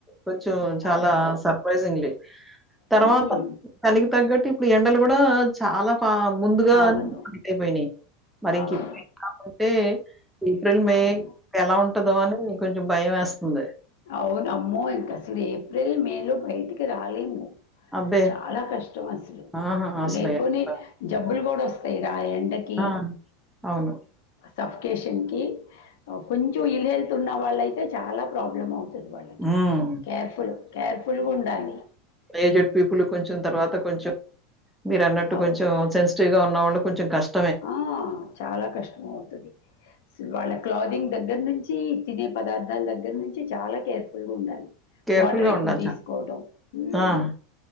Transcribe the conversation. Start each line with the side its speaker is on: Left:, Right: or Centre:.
Centre: కొంచం చాలా
Left: అవును.
Centre: సర్ప్రైజింగ్ తర్వాత
Left: హ్మ్.
Centre: చలికి తగ్గట్టు ఇప్పుడు ఎండలు కూడా చాలా ముందుగా
Left: అవును.
Centre: అ అయిపోయినాయి మరి ఇంక
Left: అవును.
Centre: ఇప్పుడు ఇలా ఉంటే ఏప్రిల్ మే
Left: అవును.
Centre: ఎలా ఉంటదో అని కొంచెం భయం వేస్తుంది
Left: అవును అమ్మో ఇంకా అసలు ఏప్రిల్ మే లో బయటికి రాలేము
Centre: అబ్బే!
Left: చాలా కష్టం అసలు
Centre: ఆహా! అసలు
Left: లేనిపోని
Centre: ఎండ
Left: జబ్బులు
Centre: హ్మ్.
Left: కూడా వస్తాయి ఇగ ఆ ఎండకి
Centre: ఆ! అవును.
Left: సఫికేషన్కి కొంచెం ఇల్ హెల్త్ ఉన్న వాళ్ళైతే చాలా ప్రాబ్లం అవుతుంది వాళ్ళకి
Centre: హ్మ్.
Left: కేర్ఫుల్ కేర్ఫుల్గా ఉండాలి
Centre: ఏజెడ్ పీపుల్ కొంచెం తర్వాత కొంచెం మీరు అన్నట్టు
Left: అవును.
Centre: కొంచెం సెన్ <unintelligible> ఉన్న వాళ్ళు కొంచం కష్టం
Left: ఆ చాలా కష్టం అవుతుది అసలు వాళ్ళ క్లాథింగ్ దగ్గర నుంచి తినే పదార్థాల దగ్గర నుంచి చాలా కేర్ఫుల్ గా ఉండాలి
Centre: కేర్‌ఫుల్‌గా
Left: వాటర్ ఎక్కువ
Centre: ఉండాలి
Left: తీసుకోవడం
Centre: చాలా.
Left: ఉమ్
Centre: ఆ!